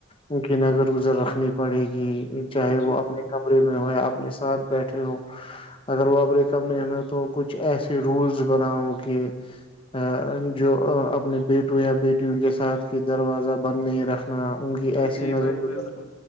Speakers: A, on the left; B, on the left.
A: ان کی نظر گزر رکھنی پڑے گی چاہے وہ
B: جی
A: اپنے کمرے میں ہو یا اپنے ساتھ بیٹھے ہو اگر وہ اپریک اپ نے ہمیں تو کچھ ایسے رولز بناؤں کہ ا جو اپنے بیٹوں یا بیٹیوں کے ساتھ کی دروازہ بند نہیں رکھا نہ ان کی ایسی
B: جی
A: نظر
B: بھائی
A: وذر
B: بالکل